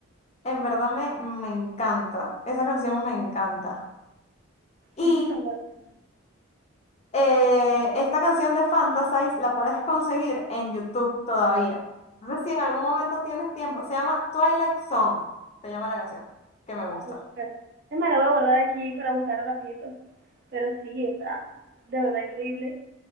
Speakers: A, on the left (about 30°); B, on the right (about 50°).
A: en verdad me, me encanta. Esa canción me encanta. Y
B: Es que están buenísimas.
A: eh, esta canción de Fantasize la puedes conseguir en YouTube todavía. Entonces, si en algún momento tienes tiempo, se llama Twilight Song, se llama la canción, que me gusta.
B: A buscar. Es más, la voy a guardar aquí para buscarla rapidito. Pero sí, está de verdad increíble.